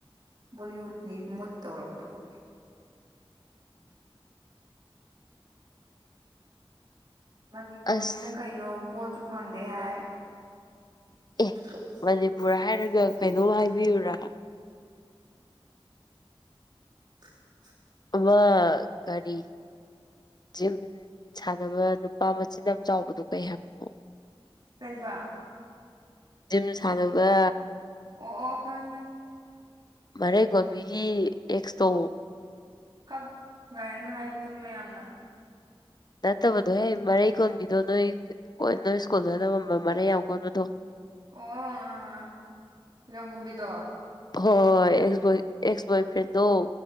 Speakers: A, on the right (about 50°); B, on the left (about 45°).
A: ꯕꯣꯂꯤꯋꯨꯠꯅꯦꯌꯦ ꯃꯨꯠꯇꯧꯔꯕꯗꯨꯕꯨ ꯃꯅꯤꯄꯨꯔꯖꯤꯅ
B: ꯑꯁ
A: ꯀꯩꯅꯣ ꯚꯣꯠꯁꯨ ꯐꯪꯗꯦ ꯍꯥꯏ
B: ꯑꯦ
A: <unintelligible>
B: ꯃꯅꯤꯄꯨꯔ ꯍꯥꯏꯔꯒ ꯀꯩꯅꯣꯝ ꯍꯥꯏꯕꯤꯌꯨꯔꯥ
A: <inaudible>
B: ꯑꯃ ꯀꯔꯤ ꯖꯤꯝ ꯁꯥꯟꯅꯕ ꯅꯨꯄꯥ ꯃꯆꯤꯟ ꯌꯥꯝ ꯆꯥꯎꯕꯗꯣ ꯀꯩ ꯍꯥꯏꯕꯅꯣ
A: ꯀꯩꯕꯥ
B: ꯖꯤꯝ ꯁꯥꯟꯅꯕ
A: ꯑꯣ ꯑꯣ ꯈꯪꯉꯦ ꯈꯪꯉꯦ
B: ꯃꯔꯩ ꯀꯣꯟꯕꯤꯒꯤ ꯑꯦꯛꯁꯇꯣ
A: ꯍꯛ ꯒꯥꯏꯅꯒ ꯍꯥꯏꯕꯗꯨꯔꯣ ꯃꯌꯥꯝꯅ
B: ꯅꯠꯇꯕꯗꯣꯍꯦ ꯃꯔꯩ ꯀꯣꯟꯕꯤꯗꯣ ꯅꯣꯏ ꯀꯣ ꯅꯣꯏ ꯁ꯭ꯀꯨꯜꯗ ꯇꯝꯃꯝꯕ ꯃꯔꯩ ꯌꯥꯝ ꯀꯣꯟꯕꯗꯣ
A: ꯑꯣ ꯑꯥ ꯑꯥ ꯐꯤꯂꯝ ꯀꯨꯝꯕꯤꯗꯣ
B: ꯍꯣꯢ ꯍꯣꯢ ꯑꯦꯛꯁ ꯕꯣꯢ ꯑꯦꯛꯁ ꯕꯣꯢꯐ꯭ꯔꯦꯟꯗꯣ